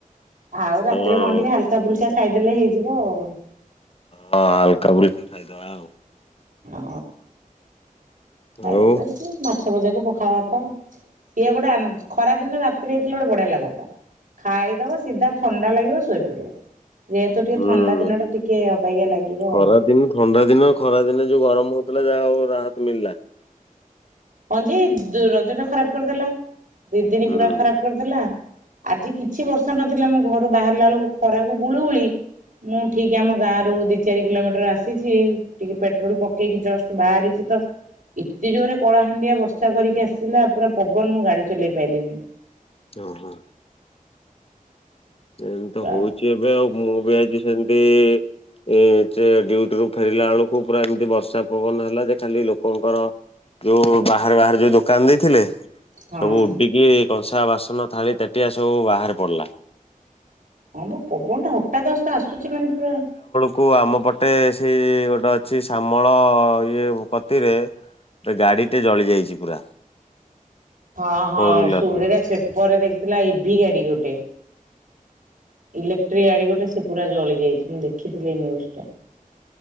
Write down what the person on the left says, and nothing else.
ହଁ ହଁ
ହଁ ହାଲକା ବୁଲକା ଖାଇଦବା ଆଉ।
ଆଉ
ହୁଁ।
ଖରା
ଦିନ ଥଣ୍ଡା ଦିନ ଖରା ଦିନେ ଯୋଉ ଗରମ ହଉଥିଲା ଯାହା ଆଉ ରାହତ ମିଳିଲା।
ହୁଁ
ଓ ହଁ। ଏମ ତ
ହଉଛି ଏବେ ଆଉ ମୁଁ ବି ଆଜି ସେମତି ଏ ସେ ଡୁଟି ରୁ ଫେରିଲା ବେଳକୁ ପୁରା ଏମିତି ବର୍ଷା ପବନ ହେଲା ଯେ ଖାଲି ଲୋକଙ୍କର ଯୋଉଁ ବାହାରେ ବାହାରେ ଯଉ ଦୋକାନ ଦେଇଥିଲେ
ସବୁ ଉଡିକି କଂସା ବାସନ ଥାଳି ତେଟିଆ ସବୁ ବାହାରେ ପଡିଲା।
କୁ ଆମ ପଟେ ସେଇ ଗୋଟେ ଅଛି ଶାମଳ ଇଏ କତିରେ ଏ ଗାଡିଟେ ଜଳି ଯାଇଛି ପୁରା।
ଫୋର ହ୍ୱିଲର
ଟେ